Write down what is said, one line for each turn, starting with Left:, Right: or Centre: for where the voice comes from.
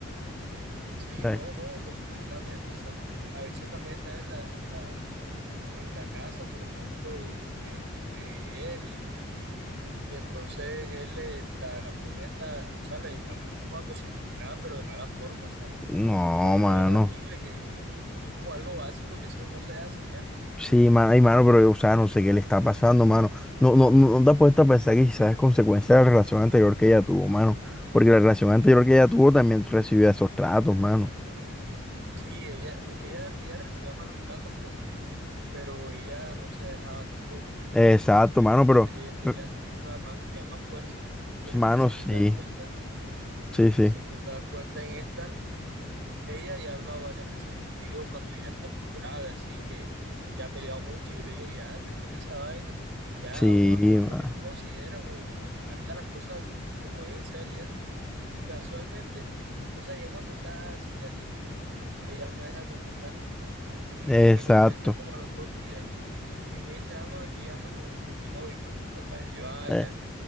Right: Sí,
Centre: La-
Right: no, no, completamente, o sea, a veces también está en la, en la, en la casa, por ejemplo, de, de él y, y, y entonces él le, la, la pone hasta, o sea, le, la manda como a cocinar, pero de mala forma, o sea
Centre: No,
Right: una, una
Centre: mano.
Right: vaina horrible que, que como algo básico que eso no se hace ya.
Centre: Sí, mano, ay, mano, pero, o sea, no sé qué le está pasando, mano. No, no, no, no te has puesto a pensar que quizás es consecuencia de la relación anterior que ella tuvo, mano. Porque la relación anterior que ella tuvo también recibió esos tratos, mano.
Right: Sí, ella, ella, ella recibía malos tratos, pero, pero ella no se dejaba tampoco.
Centre: Eh, Exacto,
Right: ¿Sí
Centre: mano,
Right: me entiendes?
Centre: pero,
Right: Ella, ella
Centre: eh,
Right: sí tiene una ma- tiene más fuerza. Pero
Centre: mano,
Right: es que si
Centre: sí,
Right: tú te das cuenta,
Centre: sí, sí,
Right: si tú te das cuenta en esta, Ella ya ha hablado varias veces conmigo cuando ya está como grave, así que ya ha peleado mucho. Y yo le digo, ya termina esa vaina, ya,
Centre: sí,
Right: o, ha- o haz lo
Centre: mano.
Right: que tú consideres, o, o marca las cosas como deben ser y eso. Y casualmente, o sea, ya cuando está así al límite, ella me deja de contestar. Y
Centre: Exacto.
Right: me contesta como a los dos días. Y me dice, ah, no, aquí ando con, con mi novio y con tal vaina. Y yo, ah,
Centre: Eh,
Right: ya.